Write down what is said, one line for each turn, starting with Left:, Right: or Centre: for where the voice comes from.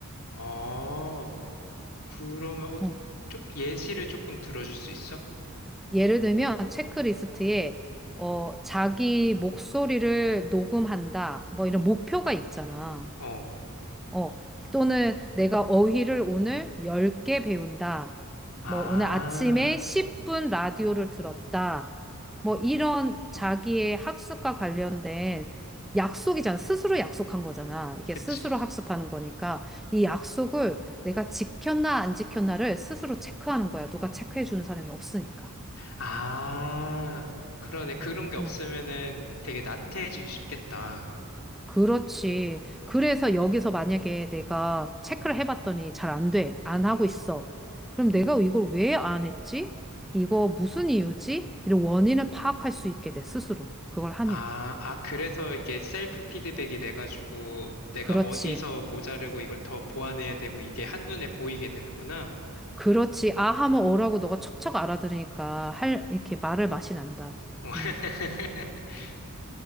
Left: 아, 그러면, 어,
Centre: 응.
Left: 쪽, 예시를 조금 들어줄 수 있어?
Centre: 예를 들면 체크리스트에 어, 자기 목소리를 녹음한다. 뭐 이런 목표가 있잖아.
Left: 어.
Centre: 어, 또는 내가 어휘를 오늘 10개 배운다.
Left: 아,
Centre: 뭐, 오늘 아침에 10분 라디오를 들었다. 뭐, 이런 자기의 학습과 관련된 약속이잖아. 스스로 약속한 거잖아. 이게
Left: 그치.
Centre: 스스로 학습하는 거니까. 이 약속을 내가 지켰나 안 지켰나를 스스로 체크하는 거야. 누가 체크해 주는 사람이 없으니까.
Left: 아, 그러네. 그런 게 없으면은
Centre: 어.
Left: 되게 나태해지기 쉽겠다.
Centre: 그렇지. 그래서 여기서 만약에 내가 체크를 해봤더니 잘 안 돼. 안 하고
Left: 어.
Centre: 있어. 그럼 내가 이걸 왜 안 했지? 이거 무슨 이유지? 이런 원인을 파악할 수 있게 돼, 스스로. 그걸 하면.
Left: 아, 아, 그래서 이게 셀프 피드백이 돼가지고 내가
Centre: 그렇지.
Left: 어디서 모자르고 이걸 더 보완해야 되고 이게 한눈에 보이게 되는구나.
Centre: 그렇지. 아 하면 어라고 너가 척척 알아들으니까 할, 이렇게 말을 맛이 난다.
Left: 어.
Centre: 음.
Left: <laughs>